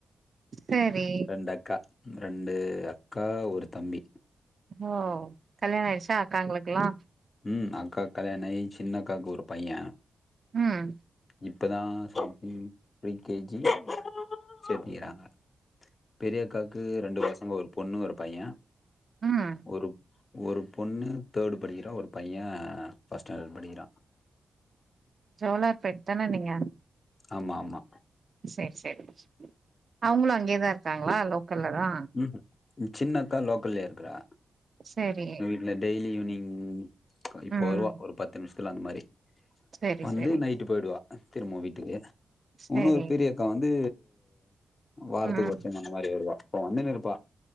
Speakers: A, on the right (about 55°); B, on the left (about 45°).
A: சேரி
B: ரெண்டு அக்கா ரெண்டு அக்கா ஒரு தம்பி
A: ஓ கல்யாண ஆயிடுச்சா அக்காங்ளுக்கெல்லா
B: ம் அக்காக்கு கல்யாண ஆயி சின்னக்காக்கு ஒரு பையே
A: ம்
B: இப்பதா சம்திங் ப்ரீ கேஜி சேத்திக்கிறாங்க பெரியக்காக்கு ரெண்டு பசங்க ஒரு பொண்ணு ஒரு பையே
A: ம்
B: ஒரு ஒரு பொண்ணு தேர்டு படிக்கிறா ஒரு பையே ஃபஸ்ட் ஸ்டாண்டர்ட் படிக்கிறா
A: ஜோலார்பேட் தா நீங்க
B: ஆமா ஆமா
A: செரி செரி அவங்களு அங்கேதா இருக்காங்களா லோக்கல்ல தா
B: ம் சின்னக்கா லோக்கல்லே இருக்கறா
A: செரி
B: இல்ல டெய்லி ஈவ்னிங் இப்போ
A: ம்
B: வருவா ஒரு பத்து நிம்ஷத்துல அந்த மாரி
A: சேரி
B: வந்து
A: சேரி
B: நைட்டு போயிடுவா திரும்ப வீட்டுக்கு
A: சேரி
B: உன்னொரு பெரிய அக்கா வந்து வாரத்துக்கு
A: ம்
B: ஒரு டைம் அந்த மாரி வருவா இப்ப வந்துன்னு இருப்பா